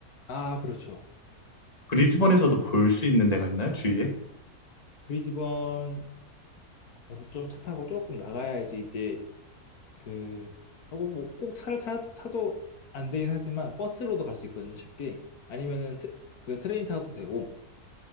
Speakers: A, on the left; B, on the left.
A: 아, 그렇죠.
B: 브리즈번에서도 볼 수 있는 데가 있나요? 주위에?
A: 브리즈번에서 좀 차 타고 조금 나가야지 이제 그, 하고 뭐 꼭 차를 차, 타도 안 되긴 하지만 버스로도 갈 수 있거든요, 쉽게. 아니면은 트- 그 트레인 타도 되고.